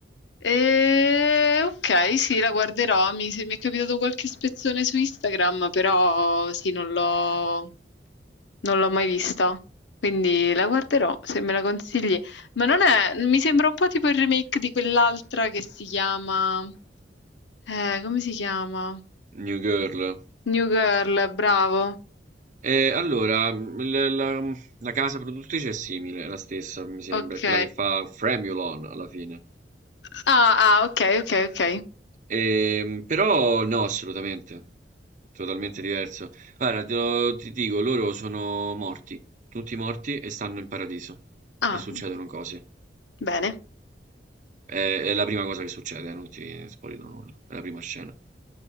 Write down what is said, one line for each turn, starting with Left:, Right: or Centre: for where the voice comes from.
Left: E... Ok, sì, la guarderò. Mi, se- mi è capitato qualche spezzone su Instagram, però sì, non l'ho non l'ho mai vista. Quindi la guarderò se me la consigli. Ma non è, mi sembra un po' tipo il remake di quell'altra che si chiama. Eh, come si chiama?
Right: New Girl.
Left: New Girl, bravo.
Right: E allora, il- la, la casa produttrice è simile, è la stessa, mi sembra,
Left: Ok.
Right: è quella che fa Fremulon alla fine.
Left: Ah, ah, ok, ok, ok.
Right: Ehm, però no, assolutamente, totalmente diverso. Guarda, te lo- ti dico, loro sono morti, tutti morti e stanno in paradiso
Left: Ah,
Right: e succedono cose.
Left: bene,
Right: È, è la prima cosa che succede, eh, non ti spoilerò nulla, è la prima scena.